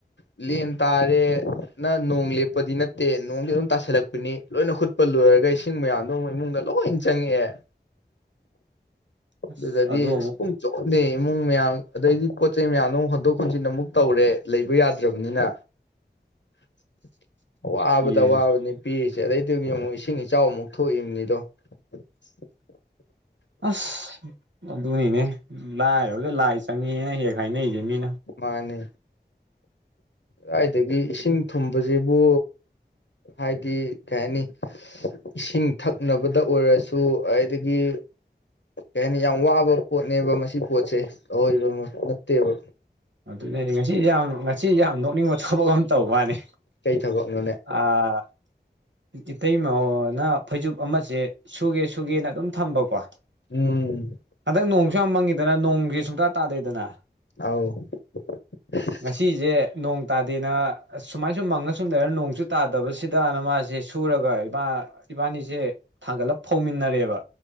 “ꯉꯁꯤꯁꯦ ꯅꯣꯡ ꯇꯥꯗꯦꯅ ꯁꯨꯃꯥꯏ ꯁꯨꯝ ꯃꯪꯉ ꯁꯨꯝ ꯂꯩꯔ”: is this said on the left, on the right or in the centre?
Right